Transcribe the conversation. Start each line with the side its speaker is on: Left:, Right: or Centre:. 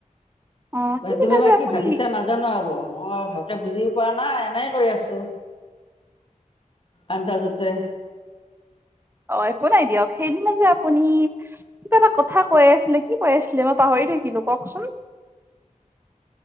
Right: অ সেইদিনা
Left: তুমি বা
Right: যে
Left: কি
Right: আপুনি
Left: ভাবিছা নাজানো আৰু অ ভালকে বুজি পোৱা নাই এনে কৰি আছো আন্দজাতে
Right: অ একো নাই দিয়ক সেইদিনা যে আপুনি কিবা এটা কথা কৈ আছিলে কি কৈ আছিলে মই পাহৰি থাকিলো কওঁকচোন